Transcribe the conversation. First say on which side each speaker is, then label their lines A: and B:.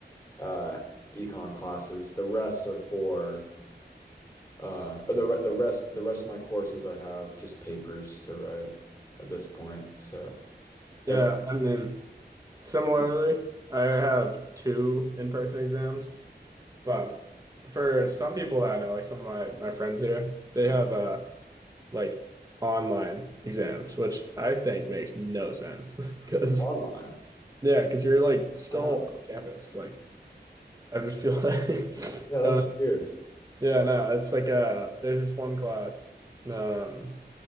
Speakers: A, on the left; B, on the right.
A: uh econ classes. The rest are for Uh, or the re the rest the rest of my courses I have just papers to write at this point, so they're
B: yeah,
A: kind
B: I mean. Similarly, I have two in person exams, but for some people I know, like some of my, my friends here, they have uh like online exams, which I think makes no sense because
A: of online.
B: <laughs> yeah, because you're like still
A: Wow.
B: on campus. Like I just feel like <laughs>
A: Yeah, that's
B: I don't know.
A: weird.
B: Yeah, no, it's like uh there's this one class. Um